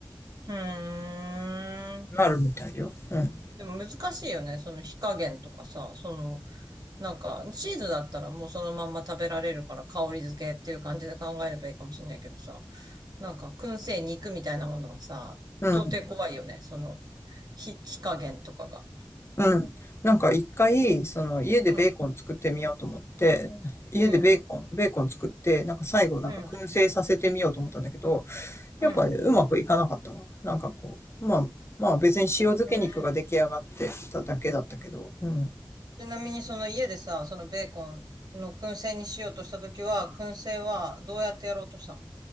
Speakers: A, on the right; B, on the left.
A: うーん。
B: な、なるみたいよ。うん。
A: でも難しいよね。その火加減とかさ、その、なんか、チーズだったらもうそのまんま食べられるから香り付けっていう感じで考えればいいかもしれないけどさ、なんか、燻製肉みたいなものはさ、
B: うん。
A: 到底怖いよね。その、火、火加減とかが。
B: うん。なんか一回、その家でベーコン作ってみようと思って、
A: うん、
B: 家でベーコン、
A: うん、
B: ベーコン作って、なんか最後なんか燻製させてみようと思ったんだけど、
A: うん、
B: やっぱね、
A: うん。
B: うまくいかなかったわ。なんかこう、まあ、まあ別に塩漬け肉が出来上がってただけだったけど、
A: うん
B: うん。
A: ちなみにその家でさ、そのベーコンの燻製にしようとしたときは、燻製はどうやってやろうとしたの